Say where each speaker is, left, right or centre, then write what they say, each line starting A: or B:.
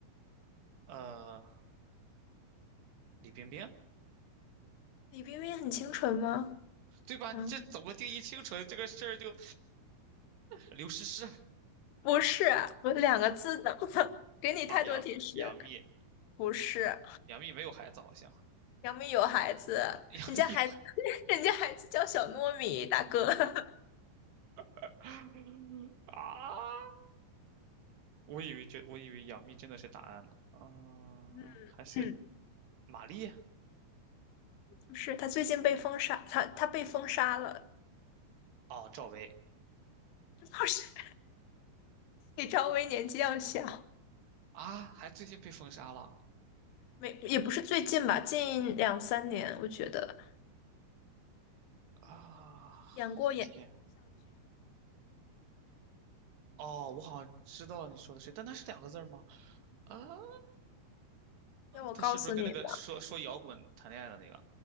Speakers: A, on the right (about 85°); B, on the left (about 85°).
A: 呃，李冰冰。
B: 李冰冰很清纯吗？
A: 对吧？
B: 嗯。
A: 你这怎么定义清纯这个事儿就刘诗诗
B: 不是，我两个字的，<laughs> 给你太多提示。
A: 啊，杨杨幂，
B: 不是，
A: 杨幂没有孩子好像，
B: 杨幂有孩子，
A: 杨幂有孩子
B: 人家孩子，<laughs> 人家孩子叫小糯米，大哥。<laughs>
A: <laughs> 啊，我以为觉我以为杨幂真的是答案呢，啊，
B: 嗯，
A: 还是
B: 嗯，
A: 马丽
B: 不是，他最近被封杀，他他被封杀了，
A: 哦，赵薇
B: 不是，<laughs> 比赵薇年纪要小，
A: 啊，还最近被封杀了
B: 没也不是最近吧，近两三年，我觉得
A: 啊，
B: 演过演，
A: 天，哦，我好像知道你说的谁，但他是两个字儿吗？啊，啊
B: 要我告诉你吗？
A: 他是不是跟那个说说摇滚谈恋爱的那个？